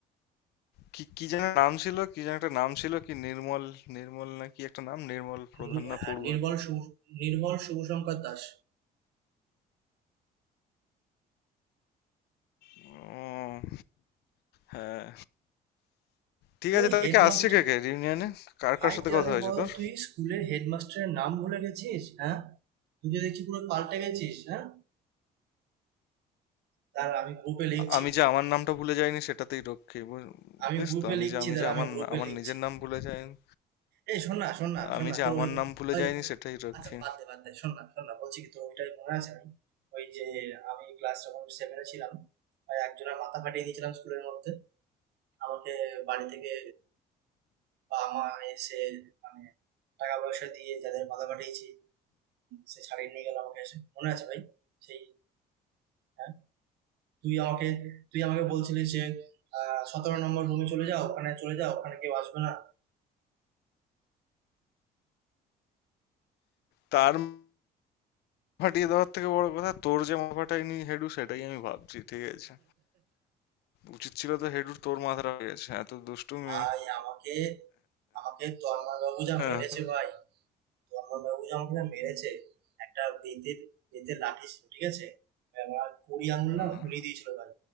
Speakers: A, on the left; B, on the right.
A: কি কি যেন নাম ছিল কি যেন একটা নাম ছিল কি নির্মল নির্মল না কি একটা নাম নির্মল প্রধান
B: নি-
A: না
B: হ্যাঁ,
A: পড়ুয়া
B: নির্মল শুভ- নির্মল শুভশঙ্কর দাস
A: ও হ্যাঁ ঠিক
B: তুই ভাই
A: আছে তাহলে
B: হেডমাস্টার
A: কি আসছে কে কে রিউনিয়নে কার
B: ভাই
A: কার সাথে
B: তুই
A: কথা
B: আগে
A: হয়েছে
B: বল
A: তোর
B: তুই স্কুলের হেডমাস্টারের নাম ভুলে গেছিস হ্যাঁ তুই তো দেখছি পুরো পাল্টে গেছিস হ্যাঁ তার আমি গ্রুপে লিখছি
A: আ- আমি যে আমার নামটা ভুলে যাইনি সেটাতেই রক্ষী বু- বুঝিস
B: আমি গ্রুপে
A: তো আমি
B: লিখছি
A: যে আমি
B: তার
A: যে
B: আমি
A: আমার
B: গ্রুপে
A: আমার
B: লিখছি
A: নিজের নাম ভুলে যাইনি
B: এই শোন না শোন না শোন
A: আমি
B: না
A: যে
B: তোর
A: আমার
B: ওই
A: নাম ভুলে
B: ওই
A: যাইনি সেটাই রক্ষী
B: আচ্ছা বাদ দে বাদ দে শোন না শোন না বলছি কি তোর ওইটাই মনে আছে আমি ওই যে আমি ক্লাস যখন সেভেনে ছিলাম ভাই একজনের মাথা ফাটিয়ে দিয়েছিলাম স্কুলের মধ্যে আমাকে বাড়ি থেকে বাবা মা এসে মানে টাকা পয়সা দিয়ে যাদের মাথা ফাটিয়েছি সে ছাড়িয়ে নিয়ে গেল আমাকে এসে মনে আছে ভাই সেই হ্যাঁ তুই আমাকে তুই আমাকে বলছিলিস যে সতেরো নম্বর রুমে চলে যাও ওখানে চলে যাও ওখানে কেউ আসবে না
A: তার মাথা ফাটিয়ে দেওয়ার থেকে বড় কথা তোর যে মাথা ফাটায়নি হেডু সেটাই আমি ভাবছি ঠিক আছে উচিত ছিল তো হেডুর তোর মাথাটা হয়ে গেছে এত দুষ্টু মেয়ে
B: ভাই আমাকে আমাকে তন্ময় বাবু যা
A: আহ,
B: মেরেছে ভাই তন্ময় বাবু যা আমাকে যা মেরেছে একটা বেতের বেতের লাঠি ছিল ঠিক আছে আমার কুড়ি আঙুল না
A: আহ,
B: ফুলিয়ে দিয়েছিল ভাই